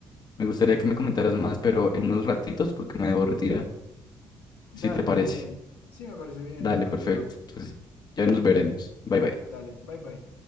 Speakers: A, on the left (about 45°); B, on the left (about 90°).
A: Me gustaría que me comentaras más, pero en unos ratitos porque me debo retirar.
B: Dale,
A: Si te parece.
B: muy bien. Sí, me parece bien,
A: Dale,
B: no hay problema.
A: perfecto. Entonces, ya nos veremos. Bye bye.
B: Dale, bye bye.